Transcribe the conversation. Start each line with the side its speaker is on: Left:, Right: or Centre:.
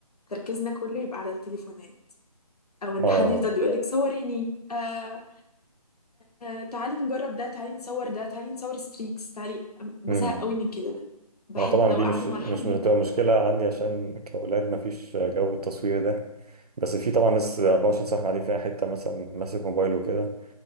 Left: تركيزنا كله يبقى على التليفونات او ان
Right: اه
Left: حد يفضل يقول لك صوريني آه، آه، تعالي نجرب ده تعالي نصور ده تعالي نصور ستريكس تعالي أم- بزهق
Right: امم
Left: قوي من كده بحب
Right: انا طبعا
Left: لو
Right: دي
Left: قاعدة
Right: مش مش
Left: مع حد
Right: بتبقى
Left: يبقى
Right: مشكله عندي عشان
Left: <laughs>
Right: كاولاد ما فيش جو التصوير ده بس في طبعا ناس 24 ساعه قاعدين في اي حته مثلا ماسك موبايله وكده